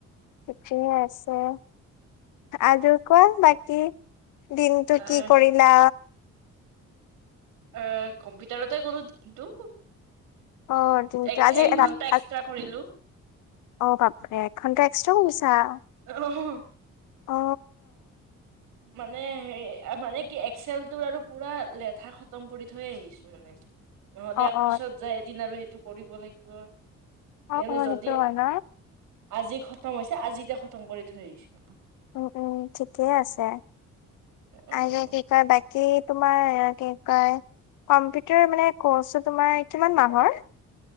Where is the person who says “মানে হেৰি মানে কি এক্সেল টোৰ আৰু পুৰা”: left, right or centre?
Right